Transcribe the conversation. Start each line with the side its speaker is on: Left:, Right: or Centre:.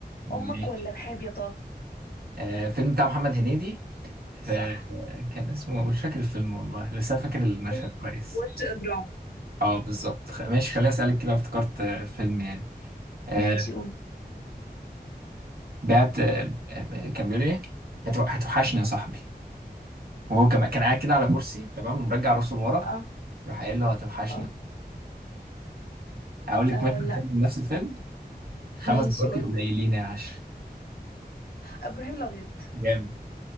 Right: ماشي
Left: امك ولا رحاب يا طه
Right: آه، فيلم بتاع محمد هنيدي ف-
Left: صح
Right: كان اسمه مش فاكر الفيلم والله بس انا فاكر المشهد
Left: وش
Right: كويس
Left: وش إجرام
Right: اه بالظبط خ- ماشي خليني اسالك كده افتكرت آه، فيلم يعني آه،
Left: ماشي قول
Right: بعت آه، آه، كان بيقول ايه هتو- هتوحشني يا صاحبي وهو كان كان قاعد كده على كرسي تمام ومرجع راسه لورا
Left: اه
Right: راح قايل له هتوحشنا
Left: اه
Right: اقول لك
Left: آه،
Right: مشهد
Left: لا
Right: تاني من نفس الفيلم خمس
Left: ماشي
Right: دقايق
Left: قول
Right: قليلين يا عشري
Left: ابراهيم الابيض
Right: جامد